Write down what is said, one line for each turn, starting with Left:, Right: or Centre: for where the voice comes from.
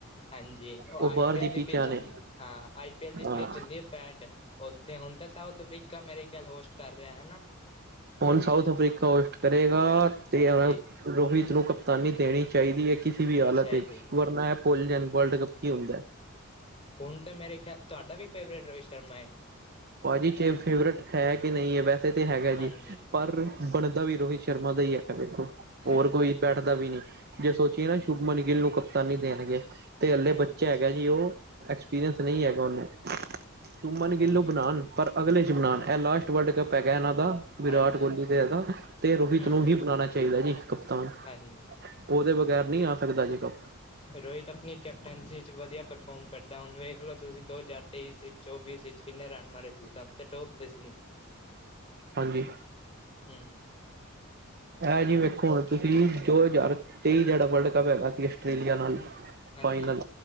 Left: ਹਾਂਜੀ ਔ ਆਈ
Right: ਉਹ ਬਾਹਰ
Left: ਪੀ ਐਲ ਦੀ
Right: ਪਿੱਚਾਂ
Left: ਪਿਚ ਹੁੰਦੀ
Right: ਨੇ
Left: ਹਾਂ ਆਈ ਪੀ ਐਲ ਦੀ
Right: ਹਾਂ
Left: ਪਿਚ ਹੁੰਦੀ ਫੈਟ ਓਥੇ ਹੁਨ ਤੇ ਸਾਊਥ ਟਿੱਕਾ ਮੇਰੇ ਖ਼ਿਆਲ ਹੋਸਟ ਕਰ ਰਿਹਾ ਹੈਨਾ।
Right: ਹੁਨ ਸਾਊਥ ਅਫਰੀਕਾ ਹੋਸਟ ਕਰੇਗਾ ਤੇ
Left: ਹਾਂਜੀ
Right: <unintelligible> ਰੋਹਿਤ ਨੂੰ ਤਾਨੀ ਦੇਣੀ ਚਾਈਦੀ ਐ ਕੀਸੀ ਵੀ ਹਾਲਤ
Left: ਚਾਹੀਦੀ
Right: ਵਿੱਚ, ਵਰਨਾ ਏ ਭੁੱਲ ਜਾਣ ਵਰਡ ਕੱਪ ਕੀ ਹੁੰਦੈ।
Left: ਹੁਣ ਤਾਂ ਮੇਰੇ ਖੇਆਲ ਤੁਆਡਾ ਵੀ ਫੇਵਰੇਟ ਰੋਹਿਤ ਸ਼ਰਮਾ ਏ।
Right: ਭਾਜੀ ਕੇ ਫੇਵਰੇਟ ਹੈ ਕਿ ਨਈ ਐ ਵੈਸੇ ਤਾਂ ਹੈਗਾ ਜੀ।
Left: ਹਾਂਜੀ
Right: ਪਰ, ਬਣਦਾ ਵੀ ਰੋਹੀ ਸ਼ਰਮਾ ਦਾ ਈ ਹੱਕ ਵੇਖੋ। ਹੋਰ
Left: ਹਾਂਜੀ
Right: ਕੋਈ ਬੈਠਦਾ ਵੀ ਨੀ, ਜੇ ਸੋਚੀਏ
Left: ਹਮ
Right: ਨਾ ਸ਼ੁਭਮਨ ਗਿੱਲ ਨੂੰ ਕਪਤਾਨੀ ਦੇਨਗੇ। ਤੇ ਹਲੇ
Left: ਹਾਂਜੀ
Right: ਬੱਚੇ ਹੈਗਾ ਜੀ ਓ, ਐਕਸਪੀਰੀਅੰਸ ਨੀ ਹੈਗਾ ਓਨੂੰ। ਚੁਮਨ ਗਿੱਲ
Left: ਹਾਂਜੀ
Right: ਨੂੰ ਬਣਾਨ,
Left: ਹਾਂਜੀ
Right: ਪਰ ਅਗਲੇ ਚ ਬਣਾਨ ਐ ਲਾਸਟ ਵਰਲਡ ਕੱਪ ਹੈਗਾ
Left: ਹਾਂਜੀ
Right: ਏਨਾਂ ਦਾ, ਵਿਰਾਟ
Left: ਹਾਂਜੀ
Right: ਗੋਲੀ ਤੇ ਹੈਗਾ। ਤੇ ਰੋਬੀ
Left: ਹਮ
Right: ਥਰੂ ਹੀ ਬਣਾਣਾ ਚਾਈਦਾ ਜੀ ਕਪਤਾਨ।
Left: ਹਾਂਜੀ।
Right: ਓਦੇ ਬਗੈਰ ਨੀ ਆ ਸਕਦਾ ਜੇ ਕਪ।
Left: ਰੋਹਿਤ ਅਪਨੀ ਕੈਪਟੈਨਸੀ 'ਚ ਵਧੀਆ ਪਰਫੋਰਮ ਕਰਦਾ ਹੁਨ ਵੇਖ ਲੋ ਤੁਸੀਂ ਦੋ ਹਜ਼ਾਰ ਤੇਈ ਸੀ, ਚੌਵੀ ਸੀ ਚ ਕਿੰਨੇ ਰਨ ਮਾਰੇ ਸੀ, ਸਭ ਤੇ ਟੋਪ ਤੇ ਸੀ।
Right: ਹਾਂਜੀ।
Left: ਹੂੰ।
Right: ਐ ਜੀ ਵੇਖੋ ਹੁਣ ਤੁਸੀ, ਦੋ ਜ਼ਾਰ ਤੇਈ ਜੇਹੜਾ ਵਰਲਡ ਕੱਪ ਹੈਗਾ ਸੀ ਆਸਟ੍ਰੇਲੀਆ ਨਾਲ
Left: ਹਮ ਹਾਂਜੀ
Right: ਫਾਈਨਲ,